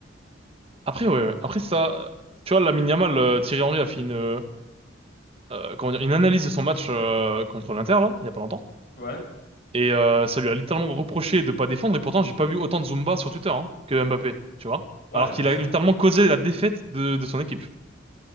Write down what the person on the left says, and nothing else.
Ouais,
ouais,
bien sûr.